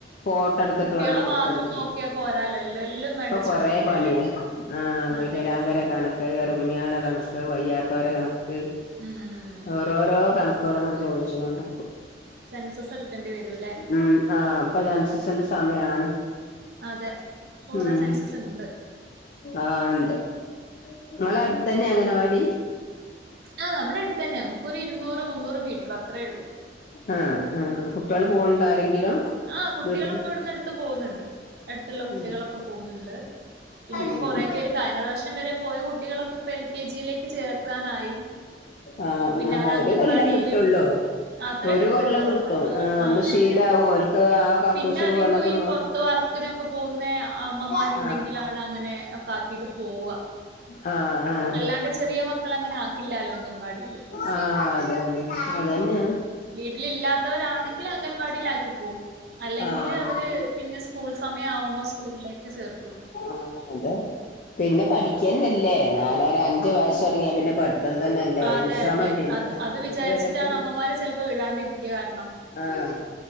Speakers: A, on the left (about 45°); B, on the right (about 60°).
A: ഫോട്ടടുത്തിട്ട്
B: കുട്ടികളെ
A: വേണം കൊടുക്കണെങ്കില്
B: മാത്രം നോക്കിയാ പോരാലോ എല്ലോ എല്ലും വേണ്ട
A: ഇപ്പൊ കൊറേ
B: ശ്രദ്ധിക്കാ
A: പണിയാ
B: അല്ലെ
A: ആഹ് വികലാങ്കര
B: അതെ
A: കണക്ക് ഗർഭിണിയാള കണക്ക് വയ്യാത്തോര കണക്ക്
B: ഉം
A: ഓരോരോ കണക്കോട്ങ്ങനെ ചോദിച്ചണ്ട
B: സെൻസസ് എടുക്കേണ്ടി വരൂല്ലേ
A: ഉ ആഹഇപ്പൊ സെൻസസിന്റെ സമയാണ്
B: അതെ കൊറേ
A: ഉം
B: സെൻസസ് ഉണ്ട്
A: ആഹ് ഉണ്ട് നിങ്ങളെ അടുത്തന്നെ അംഗനവാടി
B: ആഹ് നമ്മുടെ അടുത്തന്നെ നമുക്കൊരു ഇരൂറ് മുന്നൂറ് മീറ്ററും അത്രേ ഉള്ളൂ
A: ആഹ ആ കുട്ടികള് പോകുണ്ട ആരെങ്കിലും
B: ആഹ് കുട്ടികളൊക്കെ
A: വീട്ടിന്ന്
B: ഇവിടുന്ന് എടുത്ത് പോകുന്നുണ്ട് അടുത്തുള്ള കുട്ടികളൊക്കെ
A: ഉം
B: പോകുന്നുണ്ട് പിന്നെപ്പോ
A: ഉം
B: കൊറേ പേര് കഴിഞ്ഞ വർഷം വരെ പോയ കുട്ടികളൊക്കെ ഇപ്പ എൽ കെ ജിയിലേക്ക് ചേർക്കാനായി
A: ആഹ്
B: അപ്പൊ പിന്നെ
A: ആഹ്
B: അവര് അംഗൻവാടിയില്
A: ഒരു കൊല്ലം കിട്ടുള്ളൂ
B: അത്രേ
A: ഒരു
B: കിട്ടുള്ളൂ
A: കൊല്ലം കിട്ടും
B: നമ്മളരു ആഹ്
A: ഒന്ന് ശീലാവും
B: അതെ അതെ
A: ഓൽക്ക് ആ കക്കൂസ്
B: പിന്നെ അധികം
A: പോണതും
B: ഈ പുറത്ത് വർക്ക്നൊക്കെ പോകുന്ന അമ്മമാരുണ്ടെങ്കിൽ
A: ആഹ്
B: ആണ് അങ്ങനെ ഒക്കെ ആക്കിട്ട് പോവ
A: ആഹ് ആഹ്
B: അല്ലാതെ ചെറിയ മക്കളെ അങ്ങനെ ആക്കില്ലല്ലോ അംഗൻവാടിയിൽ
A: ആഹ് അതന്നെ അതന്നെയ
B: വീട്ടില് ഇല്ലാത്തവരാണെങ്കിൽ അംഗൻവാടിയിലാക്കിപ്പോവും അല്ലെങ്കില്
A: ആഹ്
B: അവര് പിന്നെ സ്കൂൾ സമയം ആവുമ്പോ സ്കൂളിലേക്ക് ചേർക്കും
A: ആഹ് അതെ പിന്നെ പഠിക്കന്നല്ലേ നാലര അഞ്ചു വയസ്സ് തുടങ്ങിയ പിന്നെ പഠ മത്തം തന്നെയല്ലേ
B: അതെ
A: വിശ്രമല്ലേല്ലോ
B: അതെ അത് വിചാരിച്ചിട്ടാണ്
A: അത് വരാത്തൊരു
B: അമ്മമാര് ചെലപ്പോ വിടാണ്ടി കാരണം
A: ആഹ്